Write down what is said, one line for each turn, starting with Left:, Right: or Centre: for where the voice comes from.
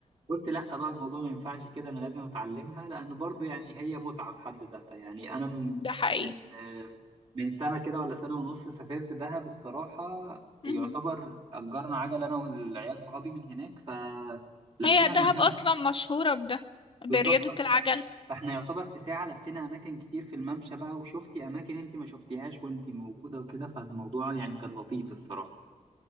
Right: قلت لا بقى الموضوع ما ينفعش كده انا لازم اتعلمها لان برضو يعني هي متعه في حد ذاتها يعني انا م-
Left: ده حقيقي
Right: من آه، من سنه كده ولا سنه ونص سافرت دهب الصراحه
Left: مهم.
Right: يعتبر اجرنا عجله انا والعيال صحابي من هناك فلفينا
Left: هي دهب
Right: المكان
Left: اصلا مشهوره بده
Right: بالظبط
Left: برياضه
Right: فاحنا
Left: العجل
Right: فاحنا يعتبر في ساعة لفينا أماكن كتير في الممشى بقى وشفتي أماكن أنت ما شفتيهاش وأنت موجودة وكده فالموضوع يعني كان لطيف الصراحة